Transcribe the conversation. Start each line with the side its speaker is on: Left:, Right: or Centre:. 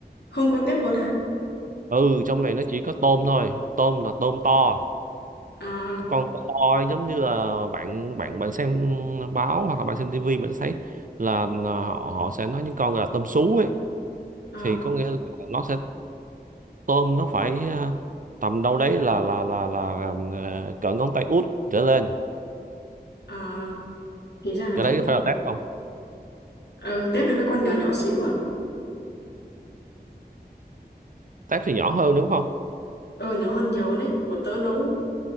Left: không có tép luôn hả
Right: ừ trong này nó chỉ có tôm thôi tôm là tôm to
Left: à
Right: Cái con to to giống như là bạn bạn bạn xem báo hoặc là bạn xem tivi mình thấy là ờ, họ họ sẽ nói những con là tôm sú ấy
Left: à
Right: thì có nghĩa là nó sẽ tôm nó phải ờ, tầm đâu đấy là là là là ờ, cỡ ngón tay út trở lên
Left: à thì ra là
Right: cái
Left: thế
Right: đấy phải là tép không
Left: ờ tép là cái con nhỏ nhỏ xíu à
Right: tép thì nhỏ hơn đúng không
Left: ờ nhỏ hơn nhiều đấy bọn tớ nấu